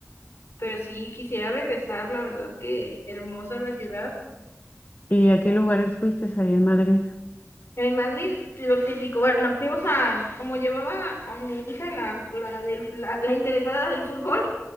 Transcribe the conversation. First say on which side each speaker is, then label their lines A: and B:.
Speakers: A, on the left; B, on the left.
A: pero sí quisiera regresar, la verdad que hermosa la ciudad.
B: ¿Y a qué lugares fuiste ahí en Madrid?
A: En Madrid, lo típico, bueno, fuimos a, como llevaba a mi hija, la, la, del, la, la interesada del fútbol,